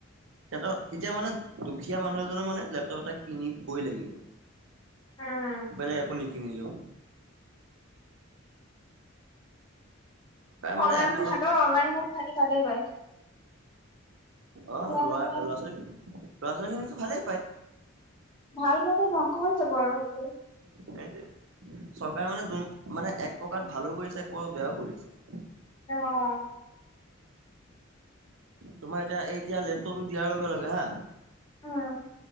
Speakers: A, on the right (about 65°); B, on the left (about 25°).
A: <unintelligible> তেতিয়া মানে দুখীয়া মানুহ এজনৰ মানে লেপটপ এটা কিনিবই লাগিব।
B: উম
A: বলে একাকো নিকি নিলো মানে
B: অনলাইন
A: এফালৰ
B: সিহঁতৰ অনলাইনত থাকি ভালেই পায়।
A: আহ
B: বেয়া
A: ল'ৰা-ল'ৰা-ছোৱালী,
B: নাপায়
A: ল'ৰা-ছোৱালী খিনিতো ভালেই পায়।
B: ভাল মানে ধংসহৈ যাব আৰু সেইটোৱে।
A: সেইটয়ে চৰকাৰে মানে যোন মানে এক প্ৰকাৰ ভালো কৰিছে। এক প্ৰকাৰ বেয়াও কৰি আছে।
B: অ'।
A: তোমাৰ এতিয়া এই এতিয়া লেপটপটো দিয়াৰ লগে-লগে হা
B: উম।